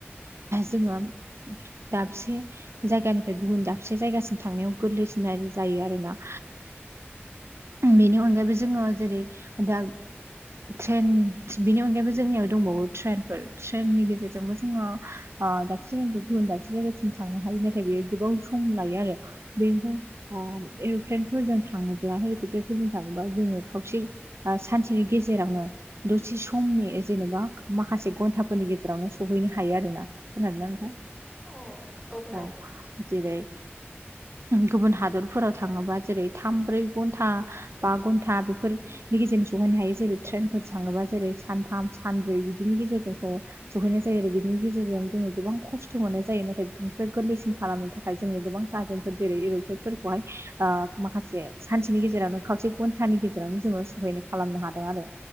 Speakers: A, on the right; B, in the centre.
A: जोङो दाबसे जायगानिफ्राय गुबुन दाबसे जायगासिम थांनायाव गोरलैसिन जायो आरोना बेनि अनगायैबो जोङो जेरै दा ट्रेन बिनि अनगायैबो जोंनियाव दंबावो ट्रेन ट्रेननि गेजेरजोंबो जोङो दाबसे जायगानि गुबुन दाबसे जायगासिम थांनो हायो नाथाय बेयो गोबां सम लायो आरो बेनिफ्राय टेरेनफोरजों थाङोब्ला हेलिकपटारफोरजों थाङोबा दिनै खावसे सानसेनि गेजेरावनो दसे समनि जेनेबा माखासे घन्टाफोरनि गेजेरावनो सहैनो हायो आरोना खोनादों ना नोंथां
B: अ औ खोनादों
A: औ
B: नोंथां
A: जेरै गुबुन हादरफोराव थाङोबा जेरै थाम ब्रै घन्टा बा घन्टा बेफोर नि गेजेरजों सहैनो हायो जेरै ट्रेनफोर थाङोबा जेरै सानथाम सानब्रै बिदिनि गेजेरजों सहैनाय जायो आरो बिनि गेजेरजों
B: औ
A: जो गोबां खस्थ' हरनाय जायो नाथाय बेफ्राय गोरलैसिन खालामनो थाखाय जोंङो गोबां दाजिमफोर जेरै इर'प्लेटफोरखौहाय माखासे सानसेनि गेजेरावनो खावसे घन्टानि गेजेरावनो जोङो सहायनाय खालामनो हादों आरो